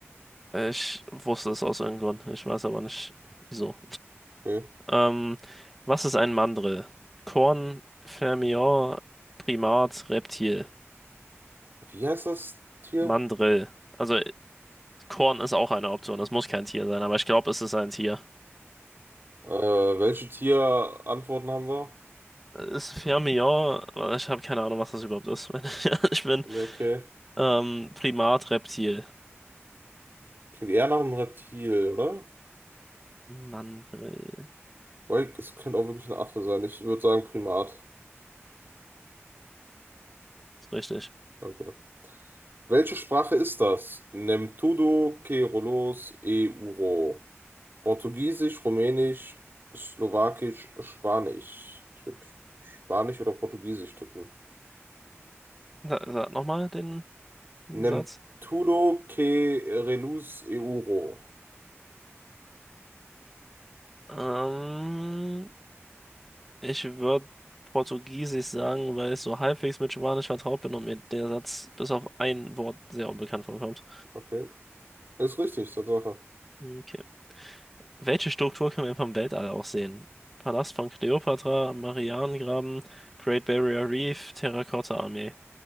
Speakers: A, in the centre; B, on the right.
A: Ich wusste es aus irgendeinem Grund. Ich weiß aber nicht, wieso.
B: Okay.
A: Ähm, was ist ein Mandrill? Korn, Fermion, Primat, Reptil.
B: Wie heißt das Tier?
A: Mandrill. Also äh, Korn ist auch eine Option. Das muss kein Tier sein, aber ich glaube, es ist ein Tier.
B: Äh, welche Tierantworten haben wir?
A: Ist Fermion, äh, ich habe keine Ahnung, was das überhaupt ist, wenn ich <laughs> ehrlich bin.
B: Nee, Okay.
A: Ähm, Primat, Reptil.
B: Klingt eher nach einem Reptil, oder?
A: Mandrill.
B: Weil es könnte auch wirklich ein Affe sein. Ich würde sagen Primat.
A: Ist richtig.
B: Okay. Welche Sprache ist das? Nem tudo que rolos e uro. Portugiesisch, Rumänisch, Slowakisch, Spanisch. Ich würde Spanisch oder Portugiesisch tippen.
A: Sa- Sag nochmal den
B: Nem
A: Satz.
B: tudo que reluz e uro.
A: Ähm, Ich würde Portugiesisch sagen, weil ich so halbwegs mit Spanisch vertraut bin und mir der Satz bis auf ein Wort sehr unbekannt vorkommt.
B: Okay. Ist richtig, Tatsache.
A: Okay. Welche Struktur können wir vom Weltall aus sehen? Palast von Kleopatra, Marianengraben, Great Barrier Reef, Terrakotta-Armee.